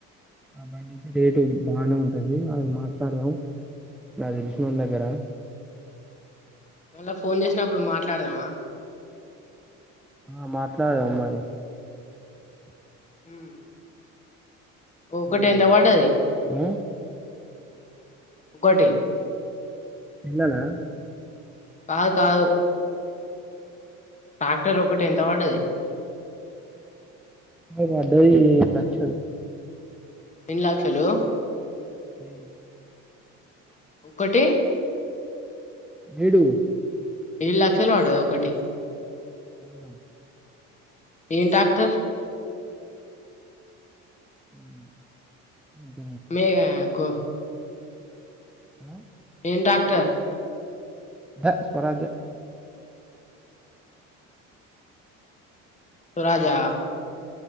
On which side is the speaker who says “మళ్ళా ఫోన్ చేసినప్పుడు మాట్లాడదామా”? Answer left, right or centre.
Left